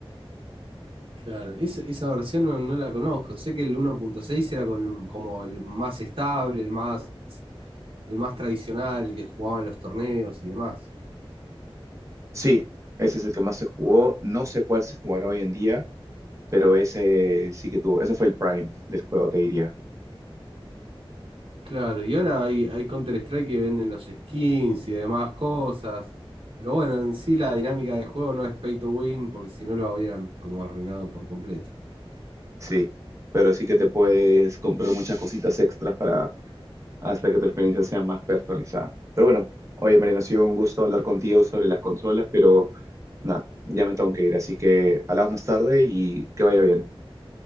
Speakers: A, on the right (about 55°); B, on the right (about 30°).
A: Claro, esa, esa versión no, no la conozco. Sé que el 1.6 era con- como el más estable, el más, el más tradicional, el que jugaban los torneos y demás.
B: Sí, ese es el que más se jugó. No sé cuál se jugará hoy en día, pero ese sí que tuvo, ese fue el prime del juego, te diría.
A: Claro, y ahora hay, hay Counter-Strike que venden los skins y demás cosas. Pero bueno, en sí la dinámica del juego no es pay to win, porque si no lo habrían como arruinado por completo.
B: Sí, pero sí que te puedes comprar muchas cositas extras para hacer que tu experiencia sea más personalizada. Pero bueno, oye Mariano, ha sido un gusto hablar contigo sobre las consolas, pero nada, ya me tengo que ir, así que hablamos más tarde y que vaya bien.